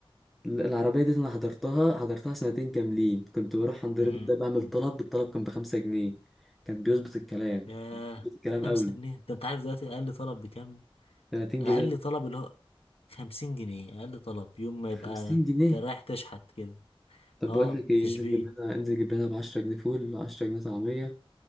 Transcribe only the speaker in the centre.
ال- العربية دي أنا حضرتها حضرتها سنتين كاملين كنت بروح عند
الراجل ده بعمل طلب الطلب كان بخمسة جنيه كان بيظبط الكلام
بيظبط الكلام
قوي
30
جنيه
50 جنيه
طب
بقول لك ايه
انزل
جيب لنا انزل جيب لنا ب 10 جنيه فول و10 جنيه طعمية